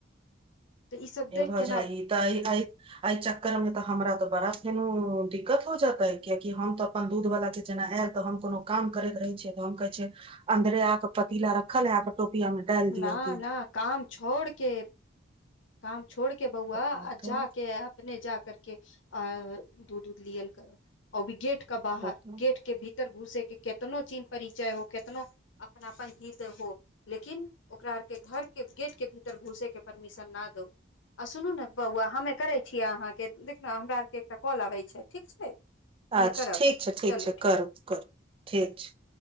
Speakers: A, on the left; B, on the right.
A: तऽ ई सब
B: य
A: देख
B: भऽ
A: के न
B: जाइ तऽ आ एहि चक्कर मे तऽ हमरा तऽ बड़ा फेन ओ दिक्कत हो जेतै कियाकि हम तऽ अपन दूध वला छै जेना आयल तऽ हम कोनो काम करैत रहै छियै तऽ हम कहै छै अन्दर आके पतीला रखल हय आकेटोपिया मे डालि दियौ
A: ना
B: दूध
A: ना काम छोड़ के काम छोड़ के बौआ
B: बताउ
A: आ
B: तऽ
A: जा के अपने जा करके अ दूध उध लियल करो अओ भी गेट क बाहर
B: बताउ
A: गेट के भीतर र घुसे के केतनो चीन परिचय हो केतनो अपनापन हीत हो लेकिन ओकरा आरके घर के गेट के भीतर घुसे के परमिशन ना दो आ सुनू ने बौआ हमे करै छियै अहाँके देख ने हमरा आरके एकटा कॉल अबै छै ठीक छै हमे
B: अच्छा
A: करब
B: ठीक छै ठीक
A: चलू
B: छै करू करू ठीक छै